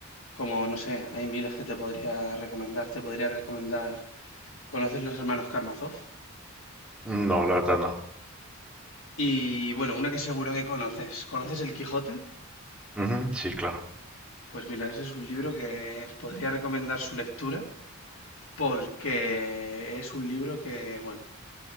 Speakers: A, on the left (about 70°); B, in the centre.
A: Como, no sé, hay miles que te podría recomendar. Te podría recomendar. ¿Conoces los hermanos Karamazov?
B: No, la verdad no.
A: Y bueno, una que seguro que conoces. ¿Conoces El Quijote?
B: Ujú, Sí, claro.
A: Pues mira, ese es un libro que podría recomendar su lectura porque es un libro que, bueno,